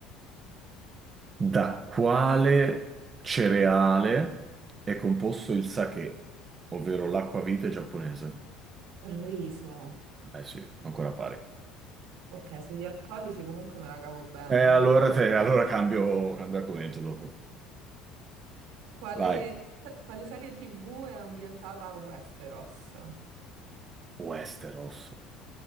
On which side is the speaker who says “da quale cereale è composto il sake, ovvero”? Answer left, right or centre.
Right